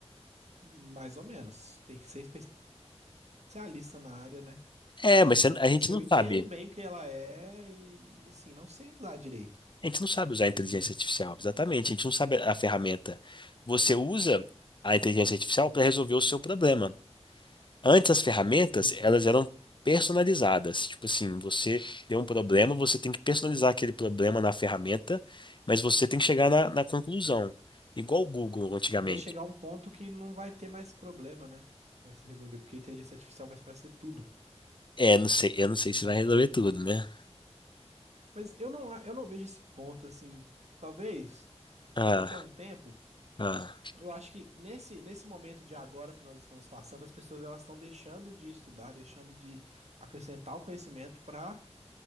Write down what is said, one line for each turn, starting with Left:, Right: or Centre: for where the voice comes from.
Right: mais ou menos. Tem que ser especialista na área, né?
Left: É, mas você- a gente
Right: Assim,
Left: não
Right: eu entendo
Left: sabe.
Right: bem o que ela é e, assim, não sei usar direito,
Left: A gente não sabe usar a inteligência
Right: né?
Left: artificial, exatamente. A gente não sabe a ferramenta. Você usa a inteligência artificial para resolver o seu problema. Antes as ferramentas,
Right: Uhum.
Left: elas eram personalizadas. Tipo assim, você tem um problema, você tem que personalizar aquele problema na ferramenta, mas você tem que chegar na, na conclusão. Igual o Google antigamente.
Right: E vai chegar um ponto que não vai ter mais problema, né? Pra se resolver, porque a inteligência artificial vai fazer tudo.
Left: É, não sei, eu não sei se vai resolver tudo, né?
Right: Mas eu não, a- eu não vejo esse ponto, assim. Talvez
Left: Ah,
Right: daqui a um tempo,
Left: ah.
Right: eu acho que nesse, nesse momento de agora que nós estamos passando, as pessoas elas estão deixando de estudar, deixando de acrescentar o conhecimento para